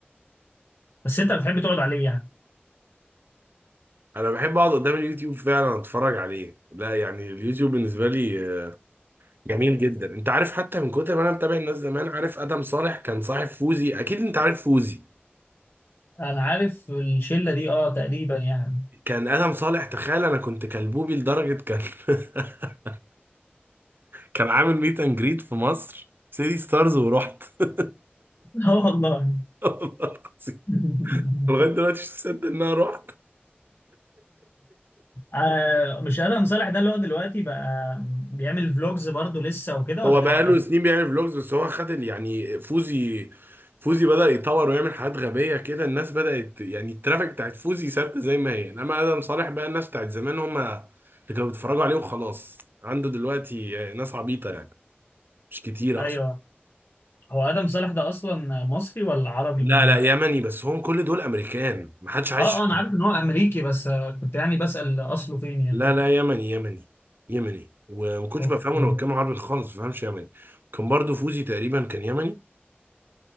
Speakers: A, on the left (about 65°); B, on the right (about 60°).
A: بس انت بتحب تقعد عليه يعني
B: انا بحب اقعد قدام اليوتيوب فعلا اتفرج عليه لا يعني اليوتيوب بالنسبه لي آه، جميل جدا انت عارف حتى من كتر ما انا متابع الناس زمان عارف ادم صالح كان صاحب فوزي اكيد انت عارف فوزي
A: انا عارف الشلة دي اه تقريبا يعني
B: كان ادم صالح تخيل انا كنت كلبوبي لدرجه كان <laughs> كان عامل ميت اند جريد في مصر سيدي ستارز ورحت <laughs>
A: <laughs> اه والله
B: والله العظيم.
A: <laughs>
B: لغايه دلوقتي مش مصدق ان انا رحت
A: آه، مش ادهم صالح ده اللي هو دلوقتي بقى بيعمل فلوجز برضه لسه وكده ولا
B: هو
A: ده
B: بقاله
A: وقف
B: سنين بيعمل فلوجز بس هو خد ال- يعني فوزي فوزي بدأ يطور ويعمل حاجات غبية كده الناس بدأت يعني الترافيك بتاعت فوزي ثابتة زي ما هي انما آدم صالح بقى الناس بتاعت زمان هم اللي كانوا بيتفرجوا عليه وخلاص عنده دلوقتي ناس عبيطة يعني مش كتير
A: ايوه
B: اصلا
A: هو ادهم صالح ده اصلا مصري ولا عربي
B: لا
A: منين
B: لا يمني بس هم كل دول امريكان ما حدش عايش
A: اه اه انا عارف ان هو امريكي بس آه، كنت يعني بسأل اصله فين يعني
B: لا لا يمني يمني يمني وما كنتش
A: أوه،
B: بفهمه
A: فين
B: انا بتكلم عربي خالص ما بفهمش يمني كان برضو فوزي تقريبا كان يمني